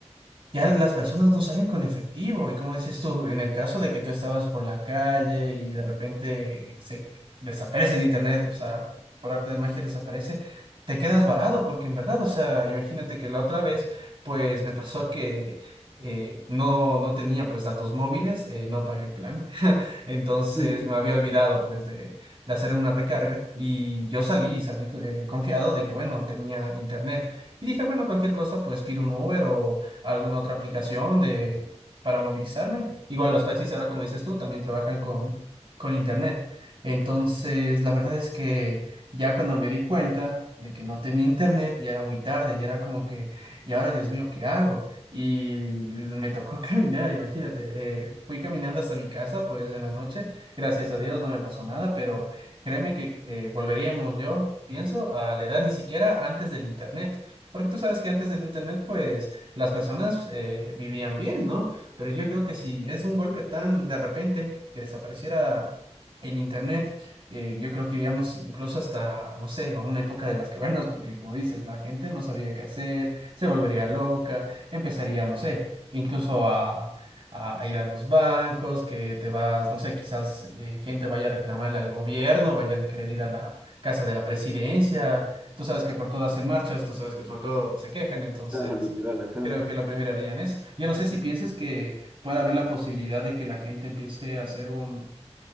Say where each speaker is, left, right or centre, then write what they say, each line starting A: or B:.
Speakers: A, on the right; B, on the right.
A: ya las personas no salen con efectivo. Y como dices tú, en el caso de que tú estabas por la calle y de repente se desaparece el internet, o sea, por arte de magia desaparece, te quedas varado, porque en verdad, o sea, imagínate que la otra vez, pues me pasó que eh, no, no tenía pues datos móviles, eh, no pagué el plan. <laughs> Entonces
B: <laughs>
A: me había olvidado pues de, de hacer una recarga y yo salí, salí eh, confiado de que bueno, tenía internet. Y dije, bueno, cualquier cosa, pues pido un Uber o alguna otra aplicación de, para movilizarme. Igual los taxis ahora, como dices tú, también trabajan con, con internet. Entonces, la verdad es que ya cuando me di cuenta de que no tenía internet, ya era muy tarde, ya era como que, y ahora, Dios mío, ¿qué hago? Y me tocó <laughs> caminar, imagínate. eh, fui caminando hasta mi casa, pues en la noche. Gracias a Dios no me pasó nada, pero créeme que eh, volveríamos, yo pienso, a la edad ni siquiera antes del internet. Porque tú sabes que antes del internet, pues las personas eh, vivían bien, ¿no? Pero yo creo que si es un golpe tan de repente que desapareciera el internet, eh, yo creo que iríamos incluso hasta, no sé, a una época de las cavernas, porque como dices, la gente no sabría qué hacer, se volvería loca, empezaría, no sé, incluso a... a ir a los bancos, que te vas, no sé, quizás eh, gente vaya a reclamarle al gobierno, vayan a querer ir a la casa de la presidencia, tú sabes que por todo hacen marchas, tú sabes que por todo se quejan, entonces
B: Claro, literal, ajá.
A: Creo que la primera de ellas es. Yo no sé si pienses que puede haber la posibilidad de que la gente empiece a hacer un,